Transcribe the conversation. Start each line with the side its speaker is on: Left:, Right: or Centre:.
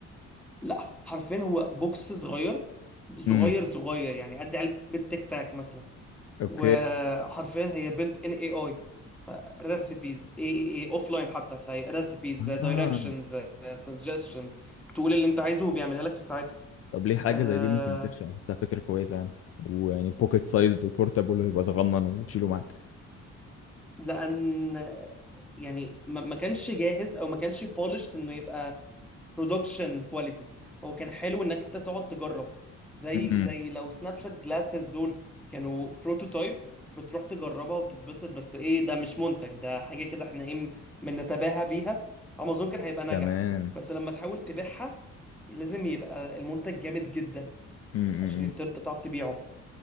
Centre: لا حرفيا هو بوكس صغير صغير
Left: امم
Centre: صغير يعني قد علبة تيك تاك مثلا
Left: اوكي
Centre: وحرفيا هي بيلت ان اي اي فريسيبيز اي اي اي اوف لاين حتى فهي ريسيبيز دايركشنز
Left: اها
Centre: سجستشنز تقول اللي انت عايزه وبيعملها لك في ساعتها
Left: طب ليه حاجة
Centre: آه
Left: زي دي ممكن تنفع بحسها فكرة كويسة يعني ويعني بوكيت سايزد وبورتابل ويبقى صغنن وتشيله معاك
Centre: لان يعني ما ما كانش جاهز او ما كانش بولشت انه يبقى برودكشن كواليتي هو كان حلو انك انت تقعد تجرب زي
Left: امم
Centre: زي لو سناب شات جلاسز دول كانوا بروتوتايب بتروح تجربها وتتبسط بس ايه ده مش منتج ده حاجه كده احنا ايه بنتباهى بيها امازون كان هيبقى ناجح
Left: تمام
Centre: بس لما تحاول تبيعها لازم يبقى المنتج جامد جدا
Left: امم
Centre: عشان تقدر- تعرف تبيعه